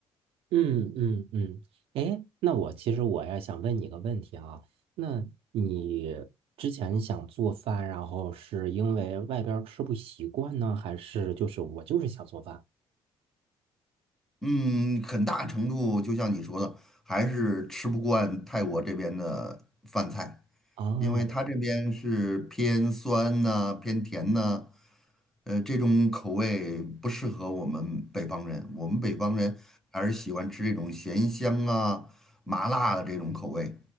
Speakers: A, on the right; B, in the centre.
A: 嗯嗯嗯，哎，那我其实我呀想问你个问题啊，那你之前想做饭，然后是因为外边儿吃不习惯呢，还是就是我就是想做饭
B: 嗯，很大程度就像你说的，还是吃不惯泰国这边的饭菜，
A: 啊？
B: 因为它这边是偏酸呐、
A: 对，
B: 偏甜呐、呃，这种口味不适合我们北方人。我们北方人还是喜欢吃这种咸香啊、麻辣的这种口味。